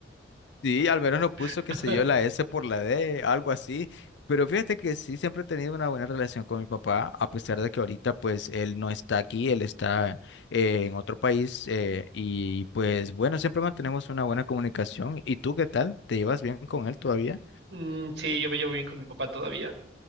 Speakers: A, on the left; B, on the right.
A: Sí, al menos no puso,
B: <laughs>
A: qué sé yo, la S por la D, algo así. Pero fíjate que sí, siempre he tenido una buena relación con mi papá, a pesar de que ahorita pues él no está aquí, él está eh, en otro país eh, y pues bueno, siempre mantenemos una buena comunicación. ¿Y tú qué tal? ¿Te llevas bien con él todavía?
B: Mm, sí, yo me llevo bien con mi papá todavía.